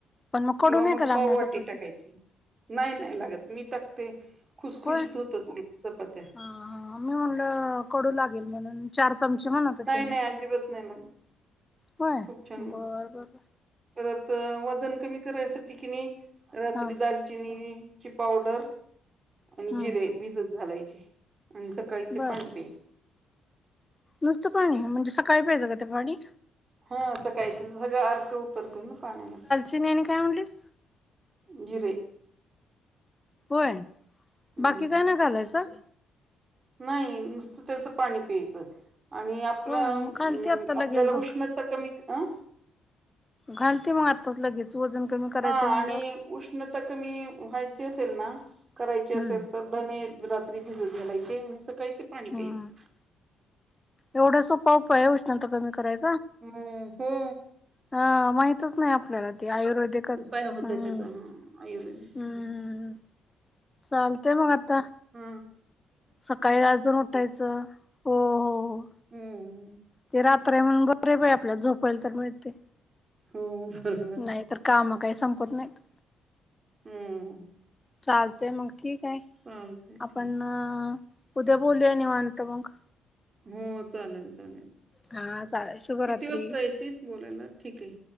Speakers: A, on the left (about 20°); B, on the right (about 35°).
A: पण कडू
B: किंवा
A: नाही
B: मग
A: का लागणार
B: पाववाटी
A: चपाती
B: टाकायची. नाही नाही लागत मी टाकते. खुशखुशीत
A: होय
B: होतात उलट चपात्या.
A: हा - हा मी म्हटलं कडू लागेल म्हणून -- चार चमचे म्हणत होते
B: नाही
A: मी.
B: नाही अजिबात नाही लागत
A: होय
B: खूप छान लागतात.
A: बर - बर -बर.
B: परत वजन कमी करायसाठी कीनी रात्री
A: हा
B: दाल चिनी ची पावडर
A: हम्म
B: आणि जिरे भिजत घालायचे. आणि सकाळी ते
A: बर
B: पाणी प्याय
A: नुसतं पाणी म्हणजे सकाळी प्यायचं का ते पाणी
B: हा सकाळी त्याज सगळं अर्क उतरतोय ना पाण्यामध्ये
A: ते नी आणि काय म्हणलीस
B: जिरे
A: होय
B: हम्म
A: बाकी काय नाय घालायचं.
B: नाही नुसतं त्याचं पाणी प्यायचं आणि आपलं
A: हो
B: अं
A: मग घालते आत्ता
B: आपल्याला
A: लगेच बघ
B: उष्ण ता कमी अ
A: घालते मग आताच लगेच वजन कमी करायचे
B: हा आणि
A: म्हणल्यावर
B: उष्णता कमी व्हायची असेल ना करायची असेल
A: हम्म
B: तर धने रात्री भिजत घालायचे आणि सकाळी ते पाणी प्यायचं.
A: हम्म एवढा सोपा उपाय आय उष्णता कमी कराय
B: हूं हूं
A: हा माहितच नाय आपल्याला ते आयुर्वेदिकच
B: उपाय
A: हम्म
B: होतोय त्याचा हा आयुर्वेदिक
A: हम्म चालतय मग आता
B: ह
A: सकाळी अजून उठायचं हो हो हो
B: हम्म
A: ते रात्रय म्हणून बरय बाई आपल्याला झोपायला तर मिळतंय.
B: हूं <unintelligible>
A: नाही तर काम काय संपत नाहीत.
B: हम्म
A: चालतय मग ठीक हाय
B: चालतंय
A: आपण
B: ठीक
A: उद्या बोलूया निवांत मग
B: हो चालेल चालेल
A: हा चालेल शुभरात्री
B: किती वाजता येेतीस बोलायला ठीक आय.